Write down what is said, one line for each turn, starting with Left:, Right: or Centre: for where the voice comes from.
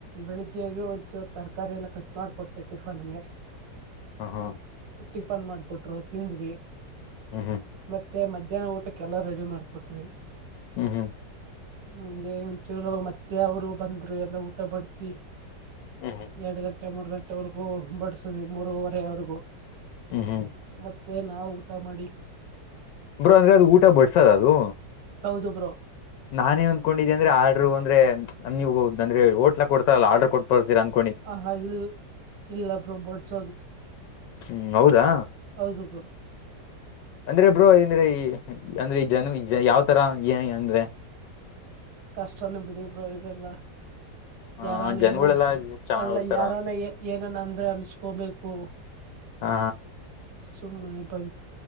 Right: ಬೆಳಿಗ್ಗೆಗೆ ಒ ಒಂದ ಚೂರು ತರಕಾರಿ ಎಲ್ಲಾ ಕಟ್ ಮಾಡಕೊಟ್ಟೆ ಟಿಫನ್ಗೆ
Left: ಹಾ ಹಾ
Right: ಟಿಫನ್ ಮಾಡ್ಕೊಟ್ರು ತಿಂದ್ವಿ
Left: ಹ್ಮ್
Right: ಮತ್ತೆ ಮ ಮಧ್ಯಾಹ್ನ ಊಟಕ್ಕೆ ಎಲ್ಲಾ ರೆಡಿ ಮಾಡ್ಕೊಟಿವಿ
Left: ಹೂ ಹೂ
Right: ನಂಗೆ ಒಂದ ಚೂರು ಮತ್ತೆ ಅವರು ಬಂದ್ರು ಎಲ್ಲ ಊಟ ಊಟ ಬಡಿಸಿ
Left: ಹ್ಮ್ ಹ್ಮ್
Right: ಎರಡು ಗಂಟೆ ಮೂರು ಗಂಟೆವರೆಗೂ ಬಡಸಿದ್ವಿ ಮೂರವರೆವರೆಗೂ
Left: ಹೂ ಹೂ
Right: ಮತ್ತೆ ನಾವು ಊಟ ಮಾಡಿ
Left: ಬ್ರೋ ಅಂದ್ರೆ ಅದು ಊಟ ಬಡ್ಸದ ಅದು
Right: ಹೌದು ಬ್ರೋ
Left: ನಾನೇನ್ ಅನ್ಕೊಂಡಿದೆ ಅಂದ್ರೆ ಆರ್ಡರು ಅಂದ್ರೆ ನೀವು ಅಂದ್ರೆ ಹೊಟೇಲಾಗ್ ಕೊಡ್ತಾರಲ್ಲ ಆರ್ಡರು ಕೊಟ್ಟ ಬರ್ತೀರ ಅಂತ
Right: ಆಹಾ ಇಲ್ಲ ಇಲ್ಲ ಬ್ರೋ ಬಡ್ಸೋದು
Left: ಹ್ಮ್ ಹೌದಾ
Right: ಹೌದು ಬ್ರೋ
Left: ಅಂದ್ರೆ ಬ್ರೋ ಏಂದ್ರೆ ಅಂದ್ರೆ ಈ ಜನ ಯಾವ್ತರ ಏ ಅಂದ್ರೆ
Right: ಕಷ್ಟ ಬಿಡಿಬ್ರ ಇವೆಲ್ಲ
Left: ಆ
Right: ಯಾರಾನ
Left: ಜನಗಳೆಲ್ಲಾ
Right: ಏನ
Left: ಚೆನ್ನಾಗ್
Right: ಅಲ್ಲ
Left: ಬರ್ತಾರ
Right: ಯಾರಾನ ಏನಾನ ಅಂದ್ರೆ ಅನ್ಸ್ಕೋಬೇಕು
Left: ಹ
Right: ಸುಮ್ಮನೆೆ ಬೈ